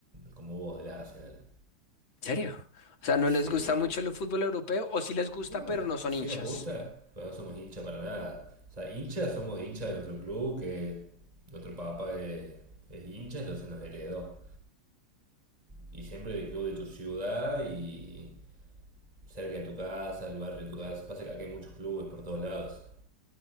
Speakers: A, on the right; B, on the left.
A: como vos, del Arsenal.
B: ¿En serio? O sea, ¿no
A: Se.
B: les gusta mucho el fútbol europeo o sí les gusta
A: No,
B: pero no son
A: sí
B: hinchas?
A: nos gusta, pero no somos hincha para nada. O sea, hincha somos hincha de otro club que otro papá es, es hincha, entonces nos heredó. Y siempre del club de tu ciudad y cerca de tu casa, el barrio de tu casa. Pasa que acá hay muchos clubes por todos lados.